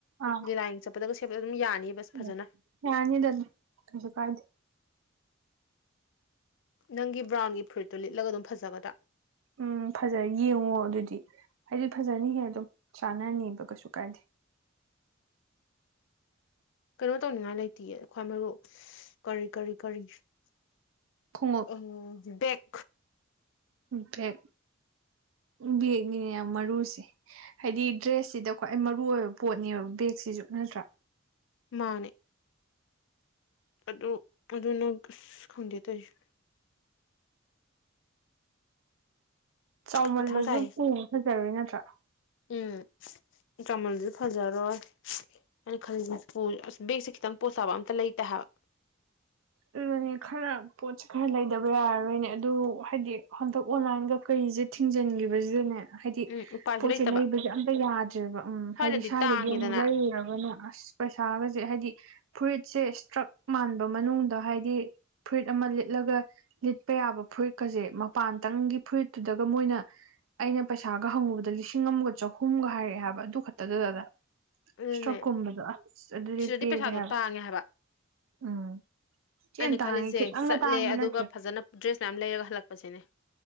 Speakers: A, on the right (about 65°); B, on the left (about 60°).
A: ꯑꯣ
B: ꯂꯤꯂꯥ ꯌꯦꯡ ꯆꯞ ꯄꯗꯒ ꯁꯦꯠꯄꯗꯣ ꯑꯗꯨꯝ ꯌꯥꯅꯤꯕ ꯐꯖꯟꯅ
A: ꯑꯥ ꯌꯥꯅꯤꯗ ꯑꯗꯨꯝ ꯀꯩꯁꯨ ꯀꯥꯢꯗꯦ
B: ꯅꯪꯒꯤ ꯕ꯭ꯔꯥꯎꯟꯒꯤ ꯐ꯭ꯔꯨꯤꯠꯇꯣ ꯂꯤꯠꯂꯒ ꯑꯗꯨꯝ ꯐꯖꯒꯗ꯭ꯔꯥ
A: ꯎꯝ ꯐꯖ ꯌꯦꯡꯉꯣ ꯑꯗꯨꯗꯤ ꯍꯥꯏꯗꯤ ꯐꯖꯅꯤꯍꯦ ꯑꯗꯨꯝ ꯆꯥꯟꯅꯅꯤꯕ ꯀꯩꯁꯨ ꯀꯥꯏꯗꯦ
B: ꯀꯩꯅꯣ ꯇꯧꯅꯤꯡꯉꯥꯏ ꯂꯩꯇꯤꯌꯦ ꯈ꯭ꯋꯥꯏ ꯃꯔꯨ ꯀꯔꯤ ꯀꯔꯤ ꯀꯔꯤ
A: ꯈꯣꯡꯉꯨꯞ
B: ꯎꯝ ꯕꯦꯛ
A: ꯕꯦꯛ ꯕꯦꯒꯅꯤꯅꯦ ꯌꯥꯝ ꯃꯔꯨꯁꯦ ꯍꯥꯏꯗꯤ ꯗ꯭ꯔꯦꯁꯁꯤꯗ ꯈ꯭ꯋꯥꯏ ꯃꯔꯨ ꯑꯣꯏꯕ ꯄꯣꯠꯅꯦꯕ ꯕꯦꯛꯁꯤꯁꯨ ꯅꯠꯇ꯭ꯔꯥ
B: ꯃꯥꯅꯦ ꯑꯗꯨ ꯑꯗꯨ ꯅꯪ ꯑꯁ ꯈꯪꯗꯦ ꯇꯧꯔꯤꯁꯦ
A: ꯆꯥꯎꯃꯜꯂꯁꯨ
B: ꯃꯊꯥ ꯁꯥꯏꯌꯦ
A: ꯄꯨ ꯐꯖꯔꯣꯏ ꯅꯠꯇ꯭ꯔꯥ
B: ꯎꯝ ꯆꯥꯎꯃꯜꯂꯁꯨ ꯐꯖꯔꯣꯏ ꯑꯩꯅ ꯈꯜꯂꯤꯁꯦ ꯑꯁ ꯕꯦꯛꯁꯦ ꯈꯤꯇꯪ ꯄꯣꯁ ꯇꯥꯕ ꯑ ꯑꯝꯇ ꯂꯩꯇꯦ ꯍꯥꯏꯕ
A: ꯑꯗꯨꯅꯦ ꯈꯔ ꯄꯣꯠꯁꯦ ꯈꯔ ꯂꯩꯗꯕ ꯌꯥꯔꯔꯣꯏꯅꯦ ꯑꯗꯨ ꯍꯥꯏꯗꯤ ꯍꯟꯗꯛ ꯑꯣꯟꯂꯥꯏꯟꯒ ꯀꯔꯤꯁꯦ ꯊꯤꯡꯖꯤꯟꯈꯤꯕꯁꯤꯗꯅꯦ ꯍꯥꯏꯗꯤ
B: ꯎꯝ ꯎꯄꯥꯏꯁꯨ
A: ꯄꯣꯠꯁꯦ
B: ꯂꯩꯇꯕ
A: ꯂꯩꯕꯁꯦ ꯑꯝꯇ ꯌꯥꯗ꯭ꯔꯦꯕ ꯎꯝ
B: ꯁ꯭ꯋꯥꯏꯗꯗꯤ
A: ꯍꯥꯏꯗꯤ ꯁ꯭ꯋꯥꯏꯗꯒꯤ
B: ꯇꯥꯡꯉꯦꯗꯅ
A: ꯑꯃꯨꯛ ꯂꯩꯔꯨꯔꯒꯅꯦ ꯑꯁ ꯄꯩꯁꯥꯒꯁꯦ ꯍꯥꯏꯗꯤ ꯐꯨꯔꯤꯠꯁꯦ ꯁꯇ꯭ꯔꯛ ꯃꯥꯟꯕ ꯃꯅꯨꯡꯗ ꯍꯥꯏꯗꯤ ꯐꯨꯔꯤꯠ ꯑꯃ ꯂꯤꯠꯂꯒ ꯂꯤꯠꯄ ꯌꯥꯕ ꯐꯨꯔꯤꯠꯀꯖꯦ ꯃꯄꯥꯟꯇꯪꯒꯤ ꯐꯨꯔꯤꯠꯇꯨꯗꯒ ꯃꯣꯏꯅ ꯑꯩꯅ ꯄꯩꯁꯥꯒ ꯍꯪꯉꯨꯕꯗ ꯂꯤꯁꯤꯡ ꯑꯃꯒ ꯆꯍꯨꯝꯒ ꯍꯥꯏꯔꯛꯑꯦ ꯍꯥꯏꯕ ꯑꯗꯨ ꯈꯛꯇꯗꯗꯗ
B: ꯑꯗꯨꯅꯦ
A: ꯁꯇ꯭ꯔꯛ ꯀꯨꯝꯕꯗꯣ ꯑꯁ ꯑꯗꯨꯗꯤ
B: ꯁꯤꯗꯗꯤ
A: ꯄꯦꯜꯂꯦ
B: ꯄꯩꯁꯥꯗꯣ
A: ꯍꯥꯏꯕ
B: ꯇꯥꯡꯉꯦ
A: ꯎꯝ ꯊꯤꯅ
B: ꯑꯩꯅ
A: ꯇꯥꯡꯉꯦ
B: ꯈꯜꯂꯤꯁꯥꯖꯦ
A: ꯈꯤꯇꯪꯒ
B: ꯆꯠꯂꯦ
A: ꯇꯥꯡꯕ
B: ꯑꯗꯨꯒ
A: ꯅꯠꯇ꯭ꯔꯦ
B: ꯐꯖꯟꯅ ꯗ꯭ꯔꯦꯁ ꯃꯌꯥꯝ ꯂꯩꯔꯒ ꯍꯜꯂꯛꯄꯁꯤꯅꯦ